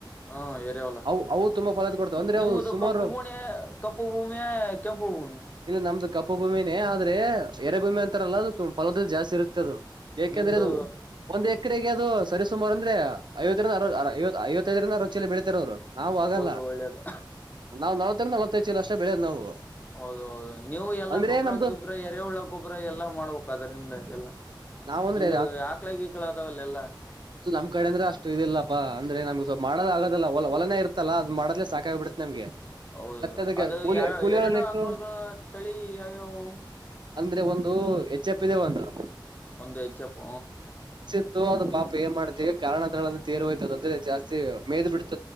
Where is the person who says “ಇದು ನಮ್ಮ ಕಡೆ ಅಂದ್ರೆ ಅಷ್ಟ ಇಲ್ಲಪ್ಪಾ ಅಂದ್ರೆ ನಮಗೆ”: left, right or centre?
Right